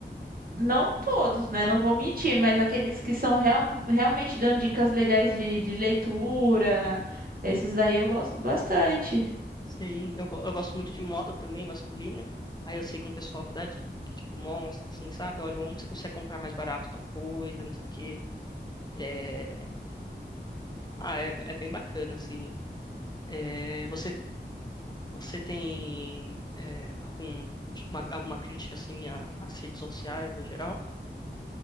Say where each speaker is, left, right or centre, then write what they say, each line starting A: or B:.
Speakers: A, on the right; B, on the left.
A: Não todos, né? Não vou mentir, mas aqueles que são real, realmente dão dicas legais de, de leitura, esses daí eu gosto bastante.
B: Sim, eu, go- eu gosto muito de moda também, masculina. Aí eu sigo um pessoal que dá dica, que, tipo, mostra, assim, sabe? Olha, onde você consegue comprar mais barato tal coisa, não sei o quê. É... Ah, é, é bem bacana, assim. É, Você, você tem é, algum, uma- alguma crítica, assim, a- às redes sociais no geral?